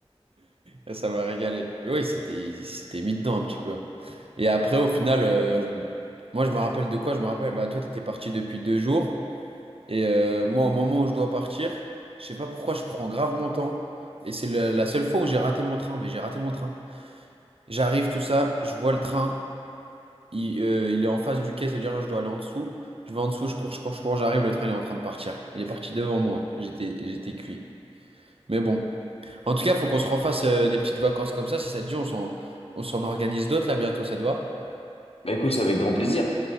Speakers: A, on the right; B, on the left.
A: Ah, Ça m'a régalé. Oui, c'était c'était mis dedans un petit peu. Et après, au final, euh, moi, je me rappelle de quoi? Je me rappelle, bah, toi, t'étais parti depuis deux jours. Et euh, moi, au moment où je dois partir, je sais pas pourquoi, je prends grave mon temps. Et c'est le- la seule fois où j'ai raté mon train, mais j'ai raté mon train. J'arrive, tout ça, je vois le train, il, euh, il est en face du quai, c'est-à-dire je dois aller en dessous. Je vais en dessous, je cours, je cours, je cours, j'arrive, le train il est en train de partir. Il est parti devant moi. J'étais, j'étais cuit. Mais bon. En tout cas, faut qu'on se refasse euh, des petites vacances comme ça. Si ça te dit, on s'en on s'en organise d'autres là bientôt, ça te va?
B: Bah écoute, c'est avec grand plaisir.